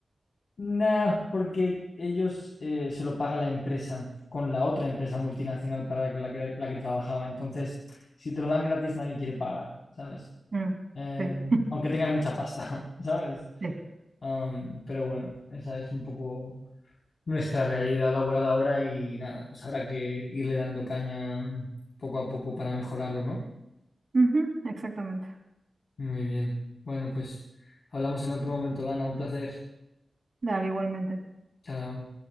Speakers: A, on the left; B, on the right.
A: nada, porque ellos eh, se lo paga la empresa con la otra empresa multinacional para la que, la que, la que trabajaba. Entonces, si te lo dan gratis, nadie quiere pagar, ¿sabes?
B: Mm,
A: Eh,
B: sí,
A: aunque tengas mucha pasta, <laughs> ¿sabes?
B: sí.
A: Um, pero bueno, esa es un poco nuestra realidad laboral ahora y nada, pues habrá que irle dando caña poco a poco para mejorarlo, ¿no?
B: Ujú, exactamente.
A: Muy bien. Bueno, pues hablamos en otro momento, Dana. Un placer.
B: Dale, igualmente.
A: Chao.